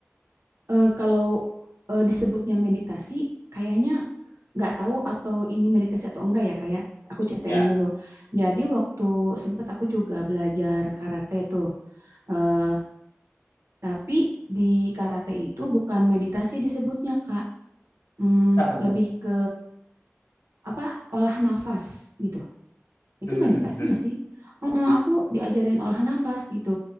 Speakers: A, on the right; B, on the left.
A: Eh kalau eh, disebutnya meditasi, kayaknya nggak tahu atau ini meditasi atau enggak ya kayak. Aku ceritain
B: Ya,
A: dulu. Jadi waktu sempet aku juga belajar karate tuh. Eh tapi di karate itu bukan meditasi disebutnya Kak. Hmm,
B: apa tuh?
A: lebih ke apa? Olah nafas gitu. Itu
B: Hmm,
A: meditasi
B: hmm,
A: nggak sih? Heeh, aku diajarin olah nafas gitu.